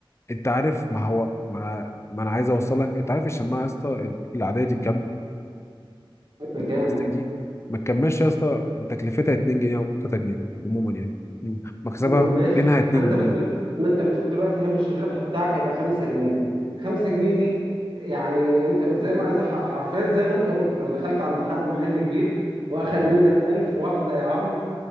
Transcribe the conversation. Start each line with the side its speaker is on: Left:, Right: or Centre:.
Left: انت عارف ما هو ما, ما انا عايز اوصل لك انت عارف الشماعه يا اسطى العاديه دي بكام؟
Right: بكام؟
Left: بلاستيك دي ما تكملش يا اسطى تكلفتها 2 جنيه او 3 جنيه عموما يعني مم. مكسبها
Right: م- ماشي
Left: منها 2
Right: ما انت
Left: جنيه
Right: بتقول ما انت بتقول دلوقتي هامش الربح بتاعك هيبقى 5 جنيه 5 جنيه دي يعني انت ب- زي ما زي ح- حرفيا زي ما انت قلت لو دخلت عند حد محل كبير واخد منك 1000 واحدة يا عم